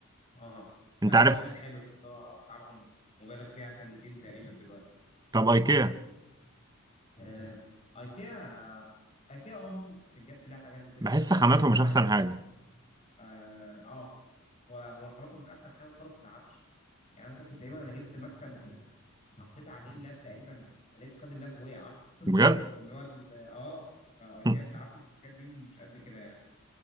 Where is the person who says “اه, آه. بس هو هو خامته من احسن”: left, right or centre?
Left